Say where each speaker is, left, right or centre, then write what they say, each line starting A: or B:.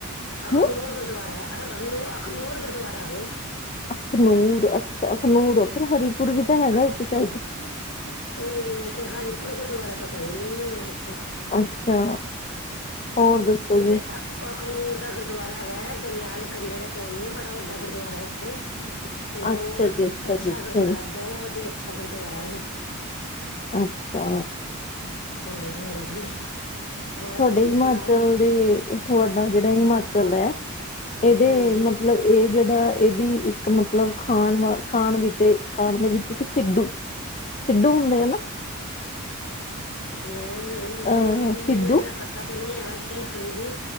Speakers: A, on the left; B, on the left.
A: ਅਖਨੂਰ
B: ਹਮ
A: ਗੁਰਦੁਆਰਾ ਅ, ਅਖਨੂਰ ਗੁਰਦੁਆਰਾ ਵੇ।
B: ਅਖਨੂਰ, ਅੱਛਾ ਅਖਨੂਰ ਫਿਰ ਹਰੀਪੁਰ ਵੀ ਤਾਂ ਹੈਗਾ ਇੱਕ ਸ਼ਾਇਦ
A: ਨਹੀਂ- ਨਹੀਂ, ਇੱਥੇ ਹਰਪੁਰ ਗੁਰਦੁਆਰਾ ਤਾਂ ਕੋਈ ਨਈ ਹੈ ਉਥੇ।
B: ਅੱਛਾ। ਹੋਰ ਦੱਸੋ
A: ਇਹ
B: ਜੀ
A: ਤੇ ਉਹ ਅਖਨੂਰ ਦਾ ਗੁਰਦੁਆਰਾ ਹੈਗਾ ਹੈ, ਦਰਿਆ ਦੇ ਕੰਢੇ ਦੇ ਕੋਲ ਹੀ ਹੈ, ਬੜਾ ਵੱਡਾ ਗੁਰਦੁਆਰਾ ਇੱਥੇ
B: <unintelligible> <unintelligible>
A: ਬਹੁਤ
B: ਜੀ
A: ਅੱਛਾ,
B: ਜੀ
A: ਗੁਰਦੁਆਰਾ
B: ਜੀ
A: ਬਹੁਤ ਹੀ, ਅੱਛਾ ਗੁਰਦੁਆਰਾ ਏ,
B: ਅੱਛਾ।
A: ਹਾਂਜੀ -ਹਾਂਜੀ ਹੋਰ। ਤੁਸੀਂ
B: ਹਿਮਾਚਲ
A: ਸੁਣਾਓ
B: ਦੇ, ਤੁਹਾਡਾ ਜਿਹੜਾ ਹਿਮਾਚਲ ਹੈ, ਇਹਦੇ
A: ਹਾਂਜੀ
B: ਮਤਲਬ ਇਹ ਜਿਹੜਾ ਇਹਦੀ ਇੱਕ ਮਤਲਬ, ਖਾਣ ਵ ਖਾਣ -ਖਾਣ ਦੇ ਵਿੱਚ ਇੱਕ ਸਿੱਧੂ। ਸਿੱਧੂ ਹੁੰਦੇ ਆ ਨਾ
A: ਹ ਨਹੀਂ
B: ਅਹ
A: ਮੈਨੂੰ
B: ਸਿੱਡੂ
A: ਇੰਨਾ ਪਤਾ ਤਾਂ, ਨਹੀਂ ਹੈ ਵੈਸੇ ਹਾਂਜੀ।